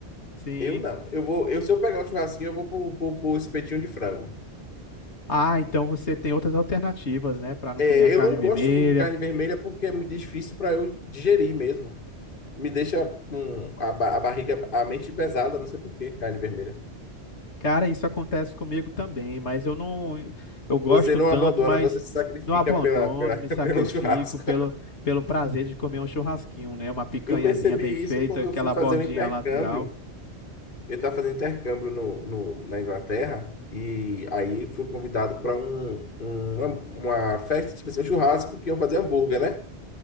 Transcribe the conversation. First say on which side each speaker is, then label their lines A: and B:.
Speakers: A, on the left (about 80°); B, on the left (about 50°).
A: sim.
B: Eu não. Eu vou, eu, se eu pegar o churrasquinho, eu vou pro, pro, pro espetinho de frango.
A: Ah, então você tem outras alternativas, né, para não
B: É,
A: comer a carne
B: eu não
A: vermelha.
B: gosto muito de carne vermelha porque é muito difícil para eu digerir mesmo. Me deixa com a, ba- a barriga, a mente pesada, não sei por que carne vermelha.
A: Cara, isso acontece comigo também, mas eu não, eu gosto
B: Você não
A: tanto,
B: abandona,
A: mas
B: você se sacrifica
A: não abandono,
B: pela, pela,
A: me sacrifico
B: <laughs> pelo churrasco.
A: pelo, pelo prazer de comer um churrasquinho, né? Uma picanhazinha
B: Eu percebi
A: bem feita,
B: isso quando
A: aquela
B: eu fui fazer
A: bordinha
B: um intercâmbio.
A: lateral.
B: Eu estava fazendo intercâmbio no, no- na Inglaterra e aí fui convidado para um, um- uma, uma festa, tipo assim, um churrasco que iam fazer hambúrguer, né?